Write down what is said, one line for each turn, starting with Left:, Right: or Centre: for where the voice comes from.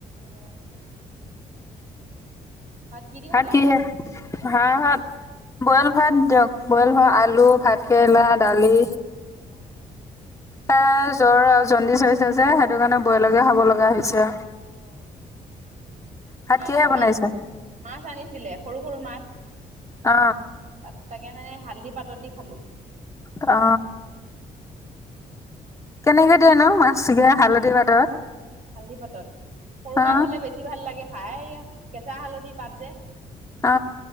Right: অ, ভাত কি দি
Left: হাত,
Right: খালা?
Left: কিহে হা, হাত বইল ভাত দিয়ক, বইল আলু, ভাত কেৰেলা, দালি।
Right: দালি। অ', অ'
Left: এ, জ্বৰ, জণ্ডিচ হৈছে যে, সেইটো কাৰণে বইলকে খাব লগা হৈছে।
Right: অ,
Left: ভাত
Right: মই
Left: কিহে
Right: এই,
Left: বনাইছে
Right: মাছ আনিছিলে সৰু, সৰু মাছ
Left: অ,
Right: তাত, তাকে মানে, হালধি পাতত দি খালো।
Left: অ, কেনেকে দিয়েনো মাছগে পাতত
Right: হালধি পাতত সৰু
Left: অ
Right: মাছ হ'লে বেছি যি ভাল লাগে খাই, এয়া কেঁচা হালধি পাত যে
Left: অ,